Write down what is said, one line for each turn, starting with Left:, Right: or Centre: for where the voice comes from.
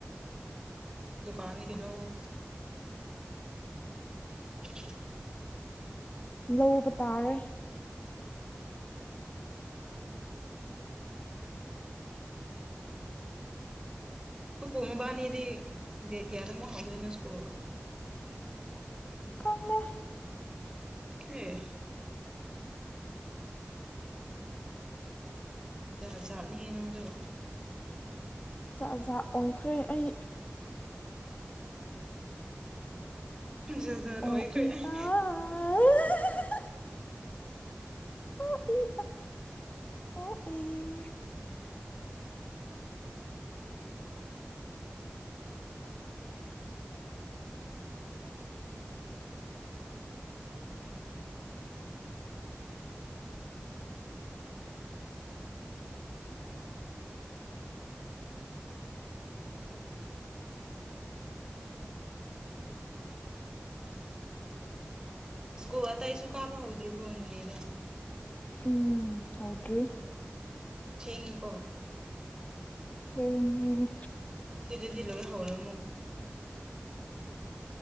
Right: ꯗꯨꯀꯥꯟ ꯗꯒꯤ ꯂꯧ <inaudible>
Left: ꯂꯧꯕ ꯇꯥꯔꯦ
Right: ꯍꯨ ꯀꯨꯝꯃꯕꯥꯃꯤꯗꯤ ꯗꯦꯠ ꯀꯌꯥꯗ ꯃꯨꯛ ꯍꯧꯗꯣꯏꯅꯣ ꯁ꯭ꯀꯨꯜ
Left: ꯈꯪꯗꯦ
Right: ꯑꯦ ꯖꯥ ꯖꯥꯠꯅꯤꯍꯦ ꯅꯪꯖꯨ
Left: ꯆꯥꯛ ꯖꯠ ꯑꯣꯏꯈ꯭ꯔꯦ ꯑꯩ
Right: ꯖꯥ ꯖꯥꯠ
Left: ꯑꯣ
Right: ꯑꯣꯏꯈ꯭ꯔꯦ
Left: ꯏ
Right: ꯑꯩ
Left: ꯑꯥ ꯑꯣ ꯑꯦ ꯑꯣ ꯑꯦ
Right: ꯁ꯭ꯀꯨꯜ ꯑꯇꯩꯁꯨ ꯀꯥꯕ ꯍꯧꯗ꯭ꯔꯤꯕꯣ ꯅꯣꯅꯦꯗ
Left: ꯍꯝ ꯍꯧꯗ꯭ꯔꯤ
Right: ꯊꯦꯡꯉꯤꯀꯣ
Left: ꯊꯦꯡꯉꯦꯍꯦ
Right: ꯁꯤꯗꯗꯤꯂꯣꯏ ꯍꯥꯎꯔꯦꯃꯨꯛ